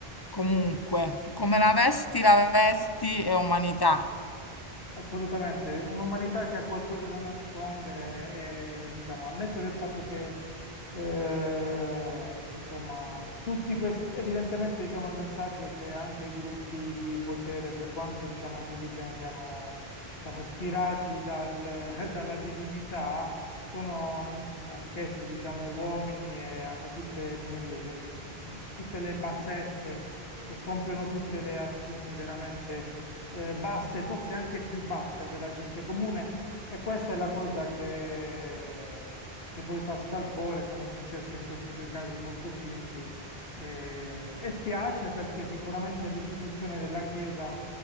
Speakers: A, on the left; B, on the left.
A: comunque, come la vesti, la vesti è umanità.
B: assolutamente. Un'umanità che ha qualcosa da nascondere, e, diciamo, al netto del fatto che, eh, insomma, tutti questi, evidentemente, diciamo, il messaggio è che anche i gruppi di potere, per quanto, diciamo, si ritengano, diciamo, ispirati dal- <laughs> dalla divinità, sono an- anch'essi, diciamo, uomini e hanno tutte, come dire, le- tutte le bassezze e compiono tutte le azioni veramente eh, basse, forse anche più basse della gente comune. E questa è la cosa che, che poi fa scalpore, come è successo in questi due casi molto simili. Eh, e spiace perché sicuramente l'istituzione della Chiesa,